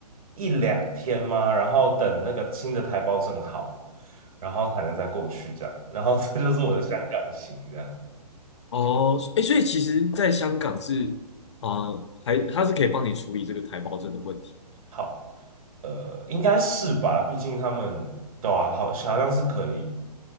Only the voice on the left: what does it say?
哦哦，哎，所以其实在香港是啊、还他是可以帮你处理这个台胞证的问题。